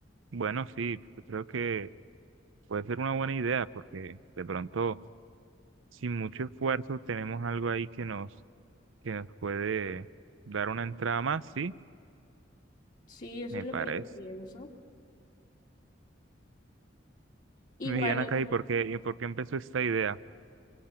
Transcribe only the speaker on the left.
Sí, eso
es lo
que yo pienso. Igual